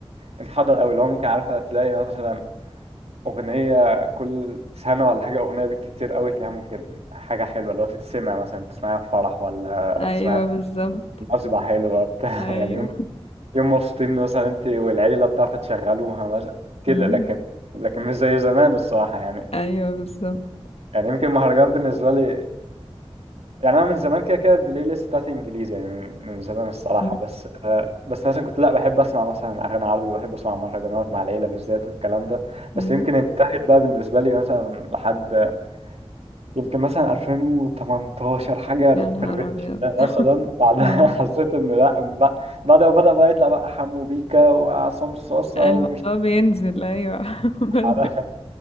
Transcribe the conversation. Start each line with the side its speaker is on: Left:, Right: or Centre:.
Right: محضر قوي اللي هو ممكن عارفه تلاقي مثلا اغنيه كل سنه ولا حاجه اغنيه بالكتير قوي تلاقيها ممكن حاجه حلوه اللي هو تتسمع مثلا تسمعها في فرح ولا
Left: ايوه
Right: تسمعها في
Left: بالظبط
Right: مناسبه حلوه بتاع
Left: ايوه
Right: <laughs> يعني يوم يوم مبسوطين مثلا انت والعيله بتاع فتشغلوها مثلا كده
Left: مم.
Right: لكن لكن مش زي زمان الصراحه يعني
Left: ايوه بالظبط
Right: يعني يمكن المهرجان بالنسبه لي يعني انا من زمان كده كده البلاي ليست بتاعتي انجليزي يعني من من زمان الصراحه
Left: مم.
Right: بس آه، بس مثلا كنت لا بحب اسمع مثلا اغاني عربي وبحب اسمع مهرجانات مع العيله بالذات والكلام ده
Left: مم.
Right: بس يمكن انتهت بقى بالنسبه لي مثلا لحد يمكن مثلا 2018 حاجه
Left: يا
Right: في
Left: نهار
Right: الريتش
Left: ابيض
Right: ده مثلا بعدها
Left: ايوه
Right: <laughs> حسيت ان لا بقى- بعد ما بدا بقى يطلع بقى حمو بيكا وعصام صاصه
Left: الموضوع
Right: ومش
Left: بينزل ايوه <laughs>
Right: <laughs> عارف